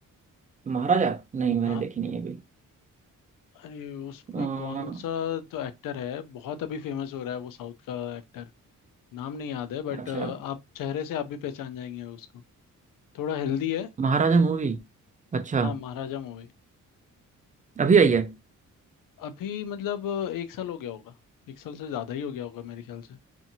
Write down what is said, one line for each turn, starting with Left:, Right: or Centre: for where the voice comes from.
Right: महाराजा नहीं मैंने
Left: हाँ
Right: देखी नहीं है
Left: अरे उसमें
Right: अभी
Left: कौन सा तो एक्टर है बहुत अभी फेमस हो रहा है वो साउथ का एक्टर नाम नहीं याद है बट
Right: अच्छा
Left: आप चेहरे से आप भी पहचान जाएंगे उसको थोड़ा हेल्दी है
Right: महाराजा मूवी अच्छा
Left: हाँ महाराजा मूवी
Right: अभी आई है
Left: अभी मतलब अ, एक साल हो गया होगा एक साल से ज़्यादा ही हो गया होगा मेरे ख्याल से